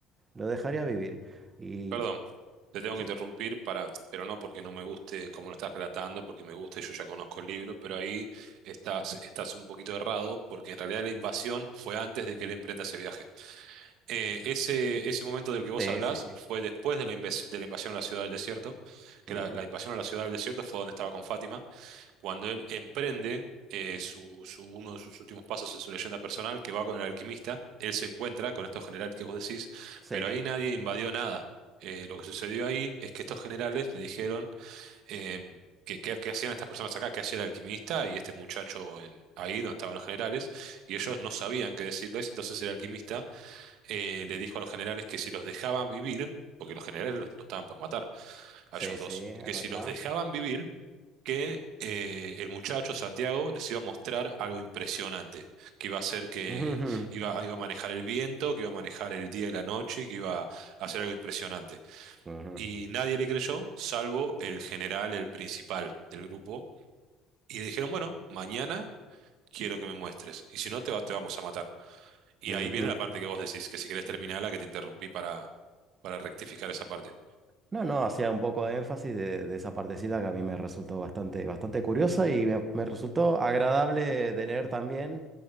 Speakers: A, on the right; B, on the right.
A: lo dejaría vivir. Y
B: Perdón, te tengo
A: sí.
B: que interrumpir para, pero no porque no me guste cómo lo estás relatando, porque me gusta y yo ya conozco el libro, pero ahí estás, estás un poquito errado, porque en realidad la invasión fue antes de que él emprenda ese viaje. Eh, ese, ese momento del que vos
A: Sí,
B: hablás
A: sí, sí.
B: fue después de la, inves- de la invasión a la ciudad del desierto, que
A: Ujú.
B: la, la invasión a la ciudad del desierto fue donde estaba con Fátima, cuando él emprende eh, su, su- uno de sus últimos pasos en su leyenda personal, que va con el alquimista, él se encuentra con estos generales que vos decís,
A: Sí,
B: pero ahí nadie invadió nada. Eh, lo que sucedió ahí es que estos generales le dijeron eh, que, que- que hacían estas personas acá, que hacía el alquimista y este muchacho en- ahí donde estaban los generales, y ellos no sabían qué decirles, entonces el alquimista eh, le dijo a los generales que si los dejaban vivir, porque los generales los, los estaban por matar
A: sí,
B: a ellos dos,
A: sí, es
B: que
A: verdad.
B: si los dejaban vivir, que eh, el muchacho Santiago les iba a mostrar algo impresionante, que iba a ser que
A: Ujú,
B: iba, iba a manejar el viento, que iba a manejar el día y la noche, que iba a hacer algo impresionante.
A: ujú,
B: Y nadie le creyó, salvo el general, el principal del grupo. Y le dijeron, bueno, mañana quiero que me muestres, y si no te va- te vamos a matar. Y
A: ujú.
B: ahí viene la parte que vos decís, que si querés terminarla, que te interrumpí para, para rectificar esa parte.
A: No, no, hacía un poco de énfasis de, de esa partecita que a mí me resultó bastante, bastante curiosa y me, me resultó agradable de leer también,